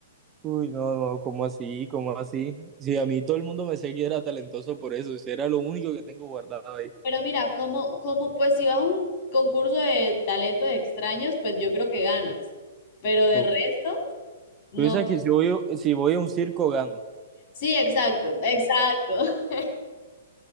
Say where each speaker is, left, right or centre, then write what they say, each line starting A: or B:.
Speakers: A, on the right; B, on the left.
A: Uy, no, no, ¿cómo así? ¿Cómo así? Si a mí todo el mundo me decía que era talentoso por eso, si era lo único que tengo guardado ahí.
B: Pero mira, como, como, pues si vas a un concurso de talentos extraños, pues yo creo que ganas. Pero de
A: Ok.
B: resto, no.
A: Tú dices que si voy, si voy a un circo gano.
B: Sí, exacto, exacto. <laughs>